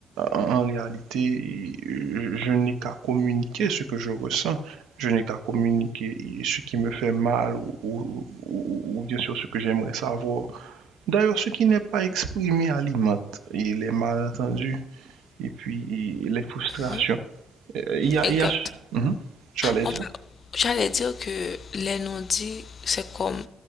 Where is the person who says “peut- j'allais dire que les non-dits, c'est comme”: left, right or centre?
Left